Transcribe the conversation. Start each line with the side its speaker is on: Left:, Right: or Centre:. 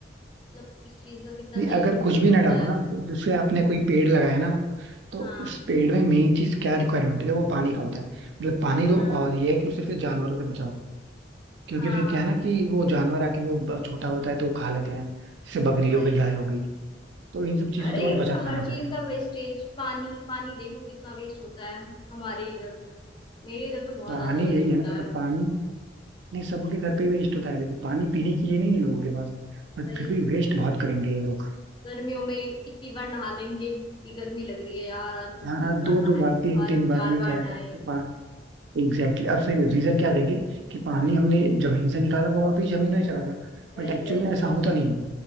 Left: मतलब इस चीज का कितना
Right: नहीं
Left: सही
Right: अगर
Left: यूज
Right: कुछ
Left: हो
Right: भी ना
Left: सकता
Right: डालो
Left: है
Right: ना तो जैसे आपने कोई पेड़ लगाया ना तो
Left: हाँ
Right: उस पेड़ में मेन चीज क्या रिक्वायरमेंट है वो पानी का होता है मतलब पानी दो
Left: हाँ
Right: और ये है कि उसे फिर जानवरों से बचाओ क्योंकि
Left: हाँ
Right: फिर क्या है ना कि वो जानवर आके वो ब- छोटा होता है तो वो खा लेते हैं जैसे बकरी
Left: वही
Right: हो गई गाय हो गई तो इन सब चीजों
Left: अरे
Right: से बहुत बचाना
Left: हर
Right: पड़ता
Left: चीज
Right: है
Left: का वेस्टेज पानी पानी देखो कितना वेस्ट होता है हमारे इधर मेरे इधर तो बहुत
Right: पानी
Left: ज्यादा वेस्ट
Right: यही
Left: होता
Right: है ना मतलब
Left: है
Right: पानी नहीं सबके घर पे वेस्ट होता है देखो पानी पीने के लिए नहीं है लोगों के पास बट
Left: वही
Right: फिर भी वेस्ट बहुत करेंगे ये लोग
Left: गर्मियों में इतनी बार नहा लेंगे कि गर्मी लग रही है यार आज तो हम
Right: हाँ
Left: तीन बार
Right: दो
Left: नहाए
Right: दो बार तीन
Left: आज
Right: तीन बार
Left: चार
Right: ये
Left: बार
Right: कह
Left: नहाए
Right: कह के Exactly exactly. अब फिर रीजन क्या देंगे कि पानी हमने जमीन से निकाला वो वापस जमीन में चला गया
Left: वही
Right: बट एक्चुअल
Left: वही
Right: में
Left: वही
Right: ऐसा होता नहीं है।